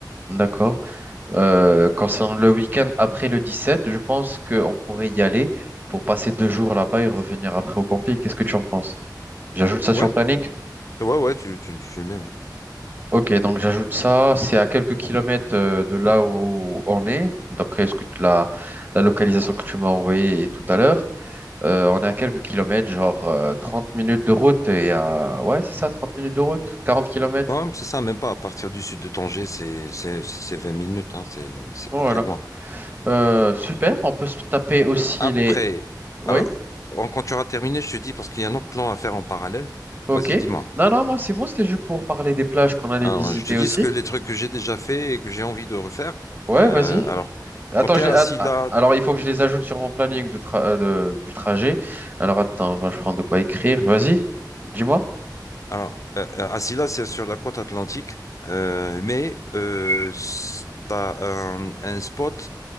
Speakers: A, on the right (about 25°); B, on the left (about 45°).
A: D'accord. Euh, concernant le week-end après le 17, je pense qu'on pourrait y aller pour passer deux jours là-bas et revenir après au camping. Qu'est-ce que tu en penses? J'ajoute ça sur
B: Ouais,
A: le planning?
B: ouais, ouais, tu, tu, tu le mets, ouais.
A: Ok, donc j'ajoute ça, c'est à quelques kilomètres euh, de là où on est, d'après ce que tu- la, la localisation que tu m'as envoyée tout à l'heure. Euh, on est à quelques kilomètres, genre euh, 30 minutes de route et à... Ouais, c'est ça, 30 minutes de route, 40 kilomètres.
B: Ouais, c'est ça, même pas. À partir du sud de Tanger, c'est c'est- c'est 20 minutes, hein, c'est c'est
A: Bon,
B: pas
A: Voilà.
B: très loin.
A: Euh, super, on peut se taper aussi
B: Après,
A: les... Oui,
B: alors, en- quand tu auras terminé, je te dis, parce qu'il y a un autre plan à faire en parallèle.
A: ok.
B: Vas-y, dis-moi.
A: Non, non, moi c'est bon, c'était juste pour parler des plages qu'on allait
B: Alors,
A: visiter
B: je te dis
A: aussi.
B: ce que les trucs que j'ai déjà fait et que j'ai envie de refaire.
A: Ouais,
B: Euh,
A: vas-y.
B: alors,
A: Attends,
B: quand tu
A: je
B: es à
A: les- att-
B: Silla,
A: ah, alors il faut que je les ajoute sur mon planning de tra- euh, de- du trajet. Alors attends, on va prendre de quoi écrire. Vas-y, dis-moi.
B: alors, euh, euh, assis c'est sur la côte atlantique, euh, mais euh, tu as un, un spot